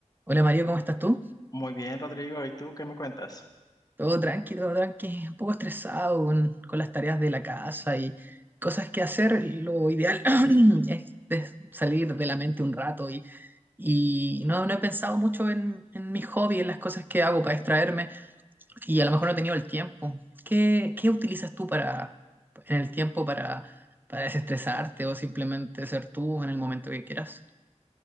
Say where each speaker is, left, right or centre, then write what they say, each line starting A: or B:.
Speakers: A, on the right; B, on the left.
A: Hola Mario, ¿cómo estás tú?
B: Muy bien, Rodrigo. ¿Y tú qué me cuentas?
A: Todo tranqui, todo tranqui, un poco estresado con, con las tareas de la casa y cosas que hacer. Lo ideal <clears throat> es des- salir de la mente un rato y, y no, no he pensado mucho en, en mi hobby, en las cosas que hago para distraerme y a lo mejor no he tenido el tiempo. ¿Qué, qué utilizas tú para, en el tiempo para, para desestresarte o simplemente ser tú en el momento que quieras?